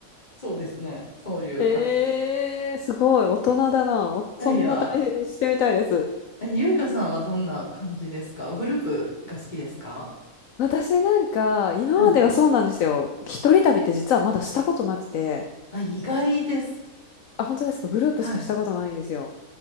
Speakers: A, on the left (about 30°); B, on the left (about 70°).
A: そうですね、そういう感じ。
B: ええすごい、大人だな。おそんな旅してみたいです。
A: いやいや、え、ゆいかさんはどんな感じですかグループが好きですか
B: 私なんか、今まではそうなんですよ。
A: はい。
B: 一人旅って実はまだしたことなくて。
A: あ、意外です。
B: あ、本当ですかグループしかしたことないんですよ。
A: はい。